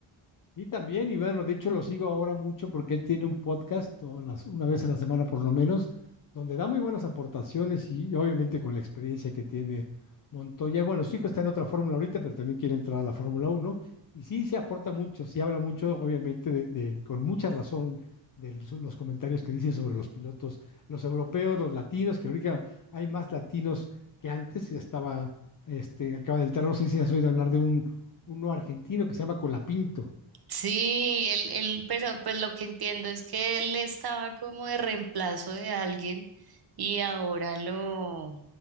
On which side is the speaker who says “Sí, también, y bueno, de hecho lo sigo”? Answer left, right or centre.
Left